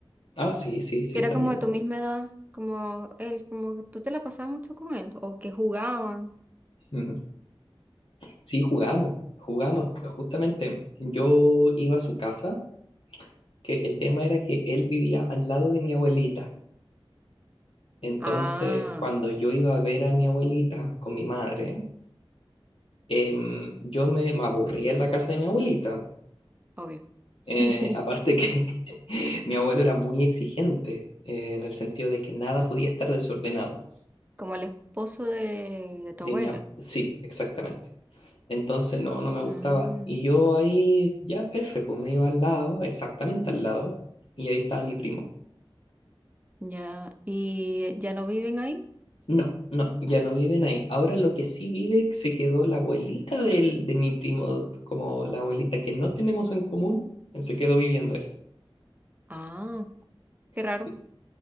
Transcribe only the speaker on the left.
Ah, sí, sí, sí,
también.
Ujú. Sí, jugamos, jugamos. Justamente yo iba a su casa, que el tema era que él vivía al lado de mi abuelita. Entonces,
cuando yo iba a ver a mi abuelita con mi madre, em, yo me, me aburría en la casa de mi abuelita.
Eh,
aparte que <laughs> mi abuelo era muy exigente, eh, en el sentido de que nada podía estar desordenado.
De
mi, ab- sí, exactamente. Entonces no, no me gustaba.
Y yo ahí, ya perfecto, me iba al lado, exactamente al lado, y ahí estaba mi primo.
No, no, ya no viven ahí. Ahora lo que sí vive se quedó la abuelita del, de mi primo, como la abuelita que no tenemos en común, eh, se quedó viviendo ahí.
Sí.